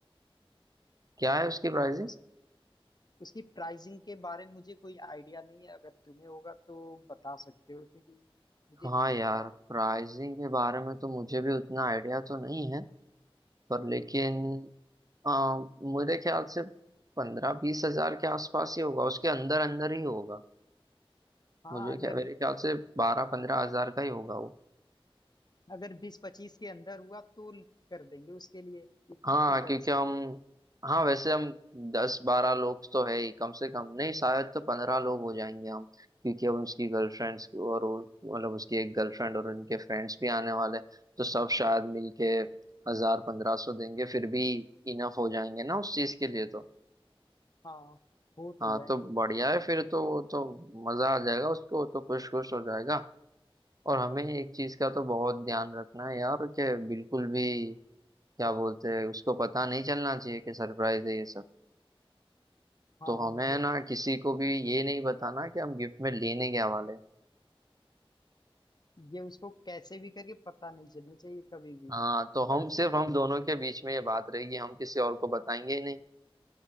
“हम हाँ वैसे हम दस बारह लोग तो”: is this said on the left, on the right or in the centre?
Right